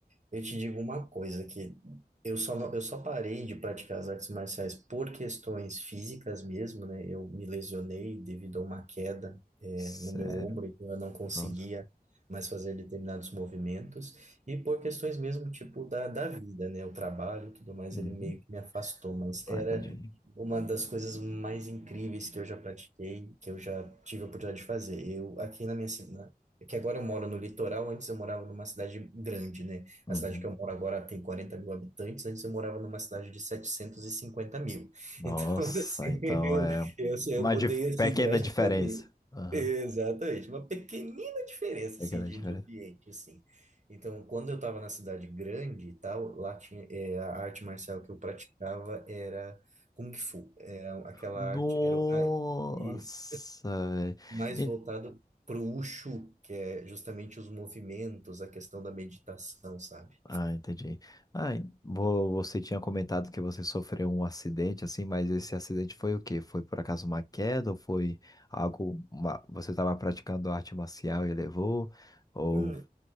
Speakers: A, on the right; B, on the left.
A: Eu te digo uma coisa que eu só não- eu só parei de praticar as artes marciais por questões físicas mesmo, né? Eu me lesionei devido a uma queda, eh,
B: Sério,
A: no meu ombro, então eu não conseguia
B: todo.
A: mais fazer determinados movimentos e por questões mesmo tipo da, da vida, né? O trabalho e tudo mais,
B: Uhum.
A: ele meio que me afastou, mas
B: Ai,
A: era
B: tadinho.
A: uma das coisas mais incríveis que eu já pratiquei, que eu já tive a oportunidade de fazer. Eu aqui na minha cidade, que agora eu moro no litoral, antes eu morava numa cidade grande, né?
B: Uhum.
A: A cidade que eu moro agora tem 40 mil habitantes, antes eu morava numa cidade de 750 mil.
B: Nossa,
A: Então, <laughs> assim,
B: então
A: eu,
B: é
A: eu, eu
B: uma
A: mudei
B: dif-
A: assim
B: pequena
A: drasticamente.
B: diferença. Aham,
A: Exatamente, uma pequenina diferença
B: pequena
A: assim, de,
B: diferença.
A: de ambiente, assim. Então, quando eu estava na cidade grande e tal, lá tinha, é, a arte marcial que eu praticava era Kung Fu. É, aquela
B: Nossa,
A: arte era o tai, isso.
B: velho.
A: Mais
B: En-
A: voltado para o Wushu, que é justamente os movimentos, a questão da meditação, sabe?
B: Ah, entendi. Ah, en- vo- você tinha comentado que você sofreu um acidente, assim, mas esse acidente foi o quê? Foi por acaso uma queda ou foi algo... uma- Você estava praticando arte marcial e levou? Ou
A: Hum,